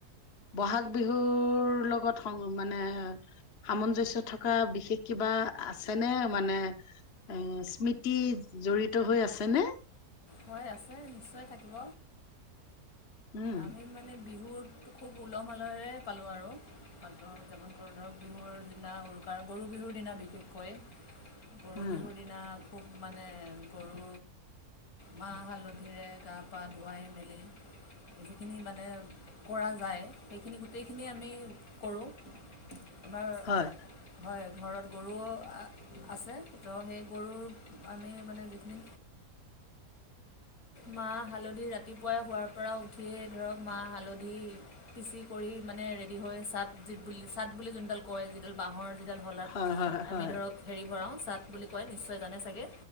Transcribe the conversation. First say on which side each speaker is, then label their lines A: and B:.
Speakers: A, on the left; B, on the left.
A: বহাগ বিহুৰ লগত মানে সামঞ্জস্য থকা বিশেষ কিবা আছেনে মানে এ স্মৃতি জড়িত হৈ আছেনে?
B: হৈ আছে, নিশ্চয় থাকিব।
A: উম,
B: আমি মানে বিহুত খুব উলহ-মালহেৰে পালোঁ আৰু পাতৰ উৎযাপন ধৰক বিহুৰ দিনা উৰুকাৰ গৰু বিহুৰ দিনা বিশেষকৈ গৰু
A: উম
B: বিহুৰ দিনা খুব মানে, গৰু মাহ, হালধিৰে গা-পা ধুৱাই মেলি যিখিনি মানে কৰা যায়, সেইখিনি গোটেইখিনি আমি কৰোঁ। আমাৰ
A: হয়
B: হয়। ঘৰত গৰু আছে, তো সেই গৰুক আমি মানে যিখিনি মাহ, হালধি ৰাতিপুৱাই হোৱাৰ পৰা উঠিয়েই ধৰক, মাহ- হালধি পিচি কৰি মানে ৰেডি হয়, চাট যি বুলি, চাট বুলি যোনডাল কয় যিডাল বাঁহৰ সেইদাল হলাত
A: হয় হয় হয়
B: আমি ধৰক হেৰি ভৰাওঁ চাত বুলি কয়, নিশ্চয় জানে চাগে।